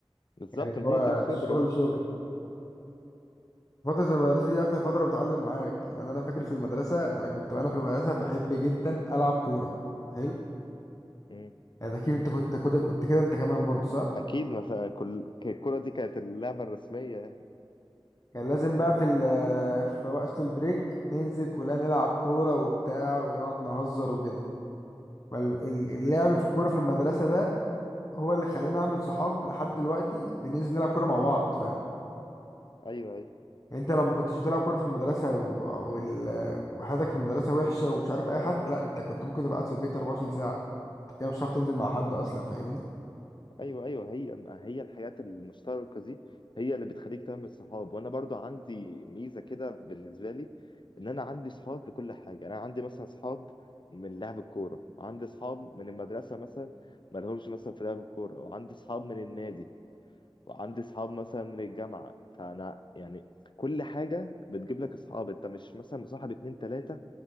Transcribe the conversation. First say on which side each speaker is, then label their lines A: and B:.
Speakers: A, on the left; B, on the left.
A: بالظبط
B: يعني
A: ما
B: هو
A: هي دي الخبرة
B: الشغل
A: بقى
B: شغل فترة المدرسة دي أكتر فترة بتعلم معاك يعني أنا فاكر في المدرسة أنا كنت وأنا في المدرسة بحب جدا ألعب كورة حلو
A: مم.
B: يعني أكيد أنت كنت كده كنت كده أنت كمان برضو صح؟
A: اكيد ما فا- كل ك- الكرة دي كانت اللعبة الرسمية يعني.
B: كان لازم بقى في ال- في وقت البريك ننزل كلنا نلعب كورة وبتاع ونقعد نهزر وكده فال- ال- اللعب في الكورة في المدرسة ده هو اللي خلاني أعمل صحاب لحد دلوقتي بننزل نلعب كورة مع بعض فاهم
A: ايوه ايوه
B: يعني أنت لو ما كنتش بتلعب كورة في المدرسة و... وال... وحياتك في المدرسة وحشة ومش عارف أي حد لا أنت كنت ممكن تبقى قاعد في البيت 24 ساعة أنت كده مش هتعرف تنزل مع حد أصلا فاهمني
A: ايوه ايوه هي ما هي الحاجات المشتركة دي هي اللي بتخليك تعمل صحاب وانا برضو عندي ميزة كده بالنسبة لي ان انا عندي صحاب لكل حاجة انا عندي مثلا صحاب من لعب الكورة وعندي صحاب من المدرسة مثلا ما لهمش مثلا في لعب الكورة وعندي صحاب من النادي وعندي اصحاب مثلا من الجامعه فانا يعني كل حاجه بتجيب لك اصحاب انت مش مثلا مصاحب اتنين تلاته